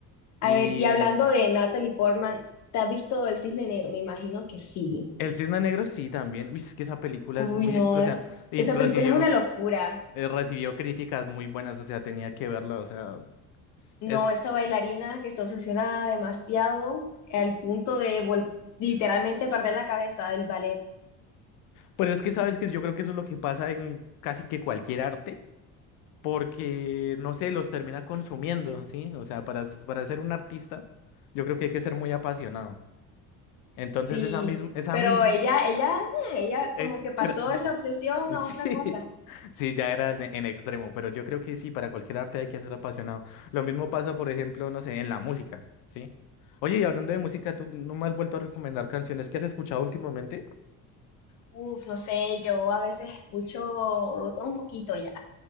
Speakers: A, on the left; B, on the left.
A: A
B: Y
A: ver, y hablando de Natalie Portman, ¿te has visto El Cisne Negro? Me imagino que sí.
B: El Cisne Negro sí también. Uy, es que esa película
A: Uy,
B: es muy,
A: no,
B: ex- o
A: eh,
B: sea, y
A: esa
B: recibió.
A: película es una locura.
B: eh, recibió críticas muy buenas, o sea, tenía que verla, o sea,
A: No,
B: es...
A: esa bailarina que se obsesiona demasiado al punto de vol- literalmente perder la cabeza del ballet.
B: Pues es que sabes que yo creo que eso es lo que pasa en casi que cualquier arte, porque, no sé, los termina consumiendo, ¿sí? O sea, para, s- para ser un artista, yo creo que hay que ser muy apasionado. Entonces,
A: Sí,
B: esa misma, esa
A: pero
B: misma,
A: ella, ella, mm, ella
B: eh,
A: como
B: eh,
A: que pasó
B: era-
A: esa obsesión a
B: Sí,
A: otra cosa.
B: <laughs> sí, ya era en, en extremo, pero yo creo que sí, para cualquier arte hay que ser apasionado. Lo mismo pasa, por ejemplo, no sé, en la música, ¿sí? Oye, y hablando de música, tú no me has vuelto a recomendar canciones que has escuchado últimamente.
A: Uf, no sé, yo a veces escucho otro un poquito ya.